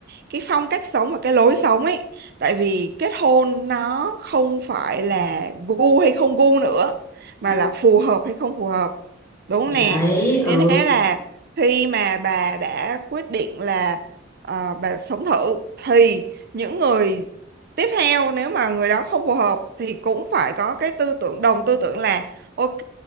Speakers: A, on the right; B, on the left.
A: cái phong cách sống và cái lối sống ấy tại vì kết hôn nó không phải là gu hay không gu nữa mà
B: ừ.
A: là phù hợp hay không phù hợp đúng
B: thì
A: không nè
B: đấy
A: nên
B: ừ
A: thế là khi mà bà đã quyết định là ờ, bà sống thử thì những người tiếp theo nếu mà người đó không phù hợp thì cũng phải có cái tư tưởng đồng tư tưởng là ok